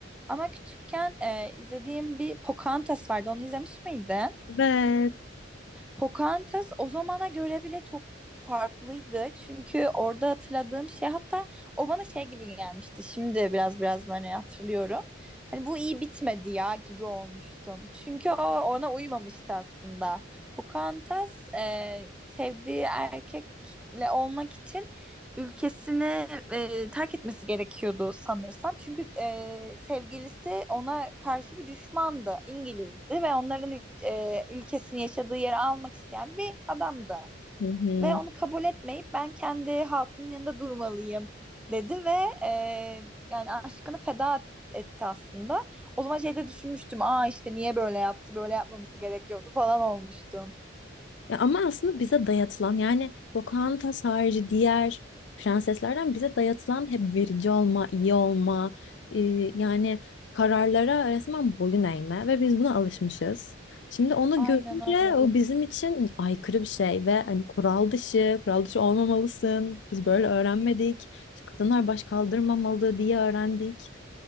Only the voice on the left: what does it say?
Evet.
Hı hı.
Ya ama aslında bize dayatılan yani Pocahontas harici diğer prenseslerden bize dayatılan hep verici olma, iyi olma, e, yani kararlara resmen boyun eğme ve biz buna alışmışız. Şimdi onu
görünce
o bizim için aykırı bir şey ve hani kural dışı, kural dışı olmamalısın. Biz böyle öğrenmedik. İşte kadınlar baş kaldırmamalı diye öğrendik.